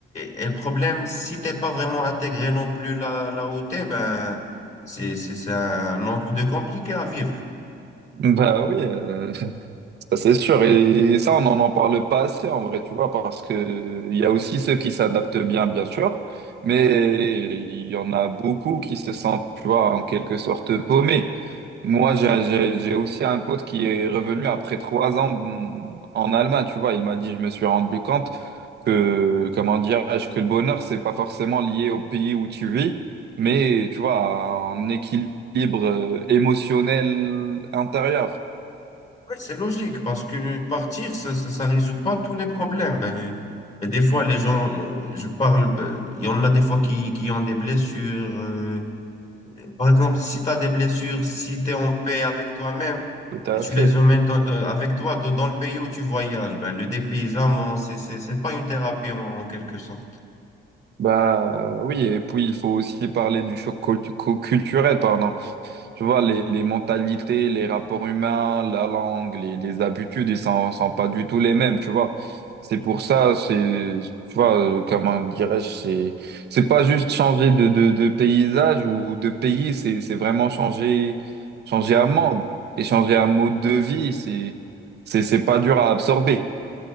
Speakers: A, on the left; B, on the right.
A: et le problème, si t'es pas vraiment intégré non plus là, là où t'es, ben, c'est, c'est c'est un autre de compliqué à vivre.
B: Bah oui, euh, C'est sûr, et ça, on n'en en parle pas assez en vrai, tu vois, parce que euh, il y a aussi ceux qui s'adaptent bien, bien sûr, mais il y en a beaucoup qui se sentent, tu vois, en quelque sorte paumés. Moi, j'ai j'ai- j'ai aussi un pote qui est revenu après trois ans mm, en Allemagne, tu vois, il m'a dit, je me suis rendu compte que, comment dirais-je, que le bonheur, c'est pas forcément lié au pays où tu vis, mais, tu vois, à un équilibre euh, émotionnel intérieur.
A: Oui, c'est logique, parce que partir, ça ça, ça résout pas tous les problèmes. Ben, et des fois, les gens, euh, je parle, ben, il y en a des fois qui, qui ont des blessures. euh, par exemple, si tu as des blessures, si tu es en paix avec toi-même,
B: Tout à
A: et tu
B: fait.
A: les emmènes dans- dans- avec toi dans dans le pays où tu voyages. Ben, le dépaysement, c'est c'est c'est pas une thérapie en en quelque sorte.
B: Bah oui, et puis il faut aussi parler du choc cultu- cu- culturel, pardon. Tu vois, les, les mentalités, les rapports humains, la langue, les, les habitudes, ils sont, sont pas du tout les mêmes, tu vois. C'est pour ça, c'est, tu vois, euh, comment dirais-je, c'est, c'est pas juste changer de, de, de paysage ou de pays, c'est, c'est vraiment changer, changer un monde et changer un mode de vie, c'est, c'est, c'est pas dur à absorber.